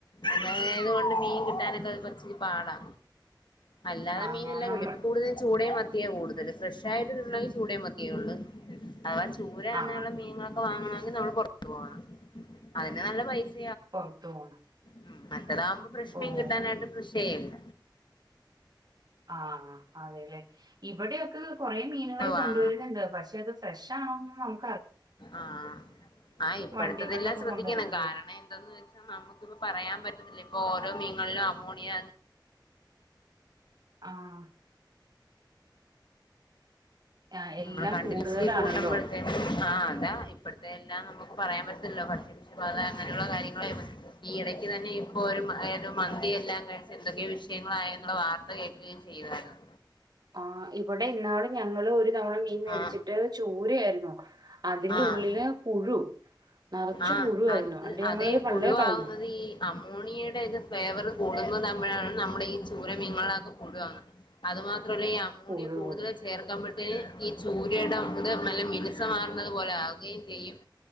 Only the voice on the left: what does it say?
അങ്ങനെ ആയതു കൊണ്ട് മീൻ കിട്ടാനൊക്കെ കൊറച്ചു പാടാ അല്ലാെതെ
മീൻ എല്ലാണ്ട്
ഇപ്പം കൂടുതലും ചൂടയും മത്ത് മത്തിയ കൂടുതല് ഫ്രഷ് ആയിട്ട് തിന്നണേൽ ചൂടയും മത്തിയേ ഒള്ളൂ അതവാ ചൂര അങ്ങനെയൊള്ള
മീൻങള വാങ്ങണോങ്കി നമ്മള് പൊർത്ത് പോണം അയിന് നല്ല പൈസ്
ഉം മറ്റേതാവുമ്പോ ഫ്രഷ് മീൻ
കിട്ടാനായിട്ട് പ്രേശെയ്യണ്ട
വാങ്ങണം
ആഹ് ആഹ് ഇപ്പോഴത്തെത്
എല്ലാം ശ്രദ്ധിക്കണം
കാരണം എന്താന്ന് വെച്ച് നമുക്കിപ്പ പറയാൻ പറ്റത്തില്ല ഇപ്പൊ ഓരോ മീൻങ്ങളിലും അമോണിയ
നമ്മള് കണ്ടിന്യൂസ്ലി
കൂട്ടുമ്പഴ്ത്തേന് ആഹ് അതാ ഇപ്പഴത്തെ എല്ലാം നമുക്ക് പറയാൻ പറ്റത്തില്ല ഭക്ഷ്യ വിഷ ബാധ അങ്ങനെയുള്ള കാര്യങ്ങളെ പറ്റി ഈ എടക്ക് തന്നെ ഇപ്പൊ ഒര് ഏതൊ മന്തിയെല്ലാം കഴിച്ച് എന്തൊക്കെയൊ വിഷയങ്ങളായെന്നുള്ള വാർ ഇപ്പ കേക്കേം ചെയ്യുവാര്ന്നു
ആ
ആ ആ
ആ
അത്
അതെ പുഴുവാവുന്നത്
ഈ അമോണിയയുടെ ഇത് ഫ്ലേവർ കൂടുന്ന താവുംമ്പഴാണ് നമ്മുടെ ഈ ചൂര മീൻങ്ങളൊക്കെ പുഴു ആവുന്നത് അത് മാത്രല്ല ഈ അമോണിയ
കൂടുതൽ
ചേർക്കംമ്പഴ് ഇത് ഈ ചൂരയുടെ ഇത് നല്ല മിനിസമാർന്നത് പോലാകുകയും ചെയ്യും